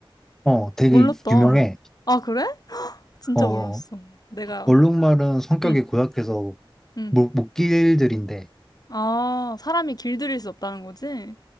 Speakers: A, in the centre; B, on the left.
A: 어, 되게
B: 몰랐다.
A: 유명해.
B: 아, 그래? 진짜
A: 어,
B: 몰랐어. 내가,
A: 얼룩말은 성격이
B: 응,
A: 고약해서
B: 응.
A: 목, 목길들인데,
B: 아, 사람이 길들일 수 없다는 거지?